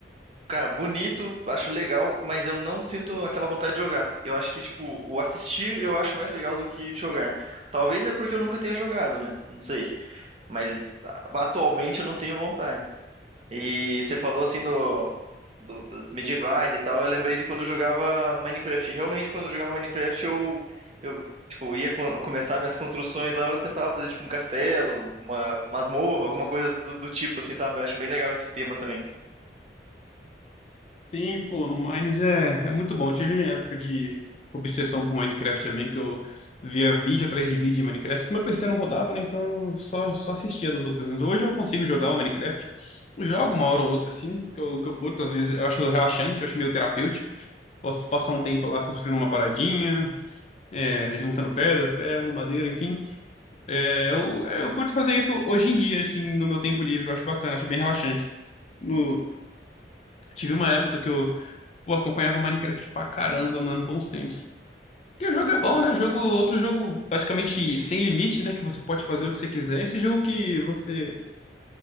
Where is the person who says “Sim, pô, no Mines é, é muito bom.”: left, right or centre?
Left